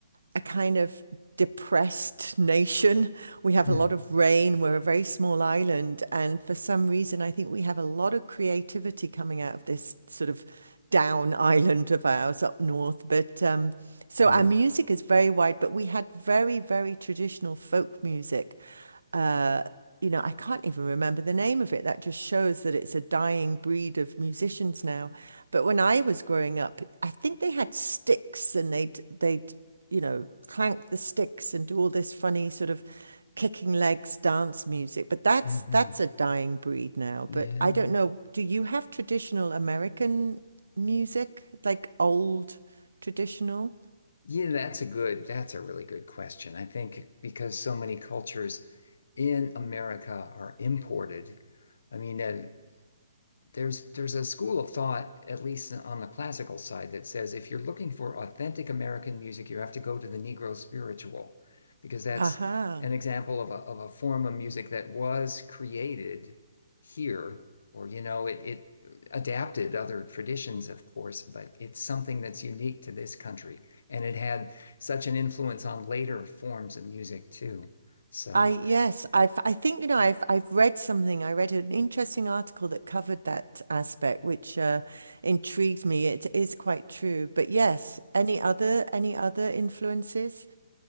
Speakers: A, on the right (about 90°); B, on the left (about 70°).
A: a kind of depressed <laughs> nation. We have
B: hmm
A: a lot of rain. We're a very small island, and for some reason, I think we have a lot of creativity coming out of this sort of down <laughs> island of ours up north. But um, so
B: hmm
A: our music is very wide, but we had very, very traditional folk music uh, you know, I can't even remember the name of it. That just shows that it's a dying breed of musicians now. But when I was growing up, I think they had sticks and they'd they'd, you know, clank the sticks and do all this funny sort of kicking legs dance music. But that's
B: hmm
A: that's a dying breed now.
B: Yeah.
A: But I don't know, do you have traditional American music, like old traditional?
B: Yeah, that's a good that's a really good question. I think because so many cultures in America are imported. I mean, uh, there's there's a school of thought, at least on the classical side, that says if you're looking for authentic American music, you have to go to the Negro spiritual, because that's
A: Aha.
B: an example of a of a form of music that was created here, or you know, it it adapted other traditions, of course, but it's something that's unique to this country, and it had such an influence on later forms of music too. So.
A: I yes, I've I think you know I've I've read something. I read an interesting article that covered that aspect, which uh, intrigued me. It is quite true. But yes, any other any other influences?